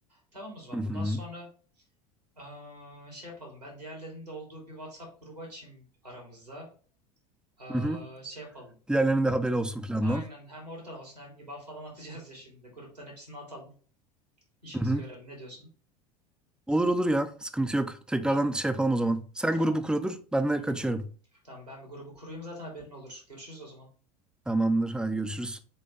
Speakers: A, on the right (about 85°); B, in the centre.
A: Tamam o zaman
B: Hı hı.
A: bundan sonra eee, şey yapalım. Ben diğerlerinin de olduğu bir WhatsApp grubu açayım aramızda. Eee,
B: Hı hı.
A: şey yapalım.
B: Diğerlerinin de haberi olsun plandan.
A: Aynen hem oradan olsun hem IBAN falan atacağız ya şimdi. Gruptan hepsini atalım. İşimizi
B: Hı hı.
A: görelim. Ne diyorsun?
B: Olur olur ya. Sıkıntı yok. Tekrardan
A: Tamam.
B: şey yapalım o zaman. Sen
A: Tamam.
B: grubu kuradır. Ben de
A: Hı hı.
B: kaçıyorum.
A: Tamam ben bir grubu kurayım zaten haberin olur. Görüşürüz o zaman.
B: Tamamdır. Hadi görüşürüz.